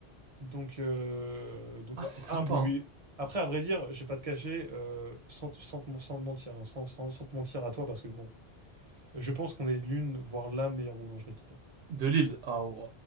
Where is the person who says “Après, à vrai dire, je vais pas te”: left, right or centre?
Right